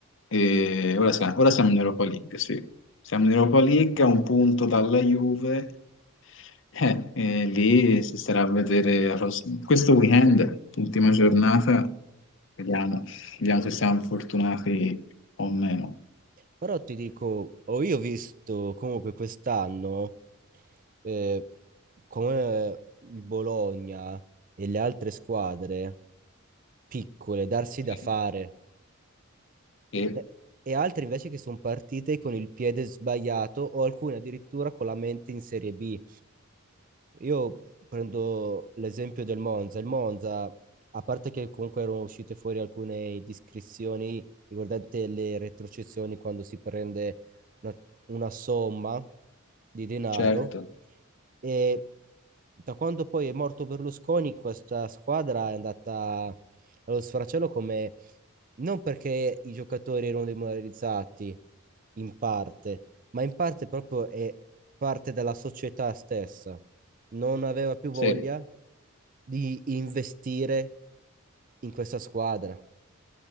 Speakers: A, on the left (about 55°); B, on the right (about 40°).
A: E ora, siamo, ora siamo in Europa League, sì. Siamo in Europa League, a un punto dalla Juve, <laughs> eh, e lì si starà a vedere la pross- questo weekend, ultima giornata, vediamo, vediamo se siamo fortunati o meno.
B: Però ti dico, ho io visto comunque quest'anno eh, come il Bologna e le altre squadre piccole darsi da
A: Sì.
B: fare.
A: E,
B: Eh, E altre invece che sono partite con il piede sbagliato o alcune addirittura con la mente in Serie B. Io prendo l'esempio del Monza. Il Monza, a parte che comunque erano uscite fuori alcune discrezioni riguardanti le retrocessioni quando si prende una, una somma di denaro,
A: certo,
B: e da quando poi è morto Berlusconi, questa squadra è andata allo sfracello come non perché i giocatori erano demoralizzati in parte, ma in parte proprio è parte della società stessa. Non aveva più voglia
A: sì.
B: di investire in questa squadra.